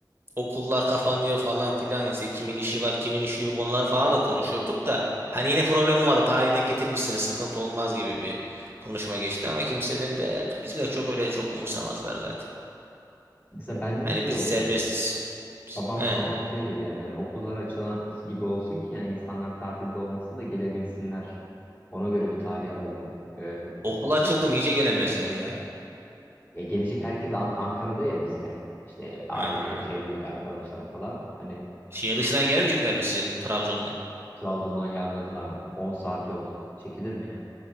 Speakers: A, on the right; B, on the left.
A: okullar kapanıyor falan filan işte kimin işi var kimin işi yok onları falan da konuşurduk da hani yine problemim vardı tarihi denk getirmişsiniz sıkıntı olmaz gibi bir konuşma geçti ama kimsenin de bizimle çok öyle çok umursamazlar zaten.
B: Mesela bende
A: Hani
B: de şey
A: biz
B: oldu.
A: serbestiz.
B: Babam
A: He.
B: babam şey dedi yani hani okullar açılan gibi olsun ki yani insanlar tatilde olmasın da gelebilsinler. Ona göre bir tarih alalım. Ee,
A: Okul açıldı
B: e,
A: mı iyice gelemezler ya.
B: ya gelecek herkes An- Ankara'da ya bizde. İşte aile,
A: Ha.
B: çevredeki arkadaşlar falan. Hani
A: Şehir dışından gelmeyecekler mi sizin Trabzon'dan?
B: Trabzon'dan gelmezler abi. 10 saat yol. Çekilir mi ya?